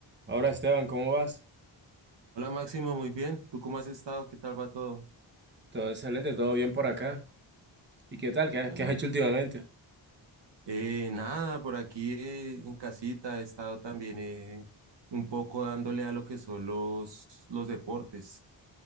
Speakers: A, on the right (about 25°); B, on the right (about 65°).
A: Ahora, Esteban, ¿cómo vas?
B: Hola Máximo, muy bien. ¿Tú cómo has estado? ¿Qué tal va todo?
A: Todo excelente, todo bien por acá. ¿Y qué tal?
B: Qué
A: ¿Qué,
B: bueno.
A: has qué has hecho últimamente?
B: Eh, nada, por aquí eh, en casita he estado también eh, un poco dándole a lo que son los, los deportes.